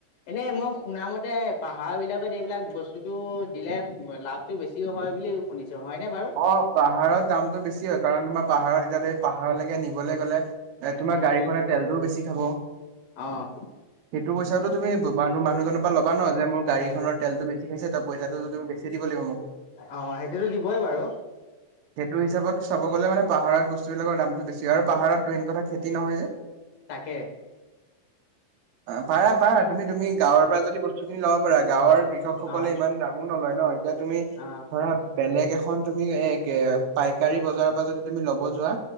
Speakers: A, on the left; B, on the right.
A: এনেই মই শুনামতে পাহাৰ বিলাকত এইবিলাক বস্তুতটো দিলে লাভটো বেছিও হয় হয় বুলিও শুনিছো। হয়নে বাৰু?
B: অ, পাহাৰত দামতটো বেছি হয়, কাৰণ তোমাৰ পাহাৰত এতিয়াতে পাহাৰলৈকে নিবলৈ গলে এ তোমাৰ
A: উম।
B: গাড়ীখনে তেলটোও বেছি খাব।
A: অ',
B: এইটো পইচাটো তুমি মানুহ, মানুহজনৰ পৰা লবা যে মোৰ গাড়ীখনৰ তেলটো বেছি হৈছে ত পইচাটো যদি বেছি দিব লাগিব মোক।
A: অ, সেইটোতো দিবই বাৰু।
B: সেইটো হিচাপত চাব গ'লে মানে পাহাৰত বস্তুবিলাকৰ দামটো বেছি হয় আৰু পাহাৰত মেইন কথা খেতি নহয় যে।
A: তাকে।
B: পাৰা-পাৰা, তুমি-তুমি গাঁৱৰ পৰা যদি বস্তুখিনি লব পাৰা গাঁৱৰ কৃষক সকলে
A: অ',
B: ইমান দামো নলয় ন এতিয়া তুমি
A: অ'।
B: ধৰা বেলেগ এখন খন তুমি এ পাইকাৰী বজাৰৰ পৰা যদি তুমি ল'ব যোৱা।